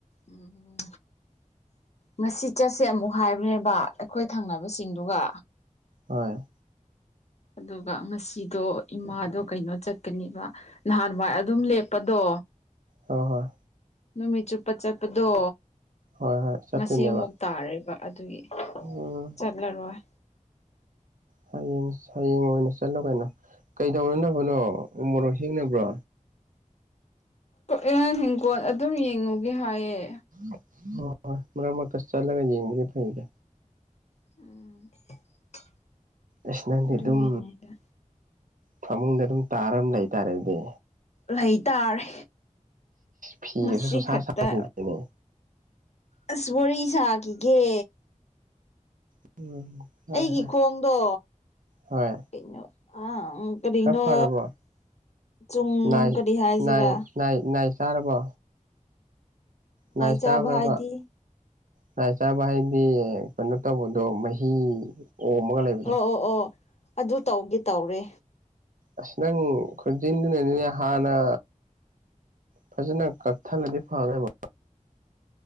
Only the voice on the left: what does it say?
ꯎꯝ ꯉꯁꯤ ꯆꯠꯁꯦ ꯑꯃꯨꯛ ꯍꯥꯏꯕꯅꯦꯕ ꯑꯩꯈꯣꯏ ꯊꯪꯅꯕꯁꯤꯡꯗꯨꯒ
ꯑꯗꯨꯒ ꯉꯁꯤꯗꯣ ꯏꯃꯥꯗꯣ ꯀꯩꯅꯣ ꯆꯠꯀꯅꯦꯕ ꯅꯍꯥꯟꯋꯥꯏ ꯑꯗꯨꯝ ꯂꯦꯞꯄꯗꯣ
ꯅꯨꯃꯤꯠ ꯆꯨꯞꯄ ꯆꯠꯄꯗꯣ
ꯉꯁꯤ ꯑꯃꯨꯛ ꯇꯥꯔꯦꯕ ꯑꯗꯨꯒꯤ
ꯆꯠꯂꯔꯣꯏ
ꯑꯦ ꯍꯤꯡꯒꯣꯜ ꯑꯗꯨꯝ ꯌꯦꯡꯉꯨꯒꯦ ꯍꯥꯏꯌꯦ
<unintelligible>
ꯑꯗꯨꯒꯤꯅꯦꯗ
ꯂꯩꯇꯥꯔꯦ
ꯉꯁꯤꯈꯛꯇ
ꯑꯁ ꯋꯥꯔꯤ ꯁꯥꯈꯤꯒꯦ
ꯑꯩꯒꯤ
ꯈꯣꯡꯗꯣ
ꯀꯩꯅꯣ ꯑ ꯎꯝ ꯀꯔꯤꯅꯣ
ꯆꯨꯡ
ꯀꯔꯤ ꯍꯥꯏꯁꯤꯔꯥ
ꯆꯥꯕ ꯍꯥꯏꯗꯤ
ꯑꯣ ꯑꯣ ꯑꯣ ꯑꯗꯨ ꯇꯧꯒꯦ ꯇꯧꯔꯦ